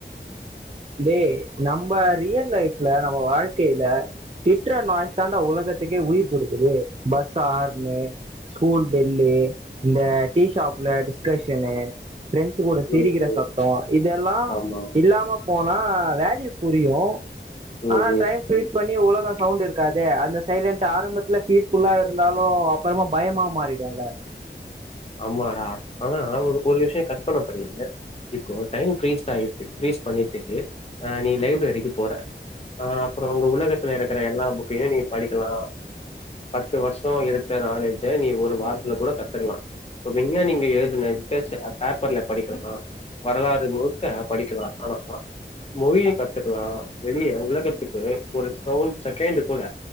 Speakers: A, on the right (about 35°); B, on the left (about 35°).
A: டே நம்ம ரியல் லைஃப்ல நம்ம வாழ்க்கையில திட்ற நாய்ஸ் தாண்டா உலகத்துக்கே உயிர் கொடுக்குது பஸ் ஆர்ன்னு ஸ்கூல் பெல்லு இந்த டீஷாப்ல டிஸ்கஷனு பிரெண்ட்ஸ் கூட சிரிக்கிற
B: ம் ம்
A: சத்தோ இதெல்லா
B: ஆமா
A: இல்லாம ப்பனா வேல்யூ புரியு
B: ம்
A: ஆஹ்
B: ம்
A: டைம் ஃப்ரீஸ் பண்ணி உலகொ சவுண்டு இருக்காது அந்த சைலண்ட் ஆரம்பத்ல ஃபீஸ்ஃபுல்லா இருந்தாலு அப்பறமா பயமா மாறிடுல்ல
B: ஆமாடா ஆனா ஒரு ஒரு விஷய கற்பன பண்ணு இப்போ டைம் ஃப்ரீஸ் ஆயிருச்சு ஃப்ரீஸ் பண்ணிட்டு அ நீ லைப்ரரிக்கு போற ஆ ப்புறோ உங்க உலகத்துல இருக்கற எல்லா புக்கையு நீங்க படிக்கலா பத்து வர்ஷோ எடுத்த நாலேஜ நீ ஒரு வாரத்தல கூட கத்துக்லா <unintelligible> எங்கியோ நீங்க எழுதுன ரிசர்ச் <inaudible> பேப்பர்ல படிக்கர்னு வரலாறு முழுக்க படிக்கலா <unintelligible> ஆமா மொழியு கத்துக்கலா வெளிய உலகத்துக்கு ஒரு சவுல் செகண்டு கூட